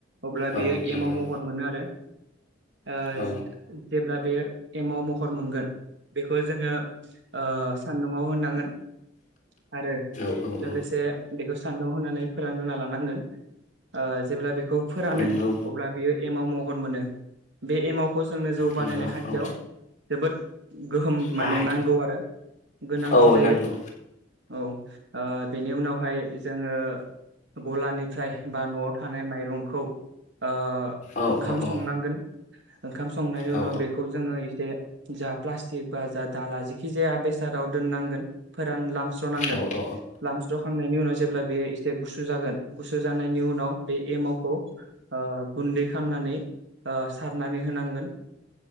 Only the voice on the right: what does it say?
अब्ला
बेयो
एमाव महर मोनो आरो ओ दे
जेब्ला बे एमाव महर मोनगोन बेखौ जोङो ओ सान्दुआव होनांगोन। आरो
लोगोसे
बेखौ सान्दुंआव होननानै फोरानग्रो गोन ओ जेब्ला बेखौ फोरानो
अब्ला बियो एमाव महर मोनो। बे एमावखौ जोंनो जौ
बानायनाय खान्थियाव
जोबोद गोहोम माने
नांगौ आरो गोनांथि
जायो।
औ अ बेनि उनावहाय जोङो गलानिफ्राय बा नआव थानाय माइरंखौ अ
ओंखाम
संनांगोन। ओंखाम संनायनि
उनाव बेखौ जोङो एसे। जा प्लास्टिक बा जा दाला जेखि जाया बेसादाव दोननांगोन फोरान लाम स्रनांगोन
लामस्र खांनायनि उनाव जेब्ला बेयो एसे गुसु जागोन गुसु जानायनि उनाव बे एमाखौ अ गुन्दै खालामनानै अ सारनानै होनांगोन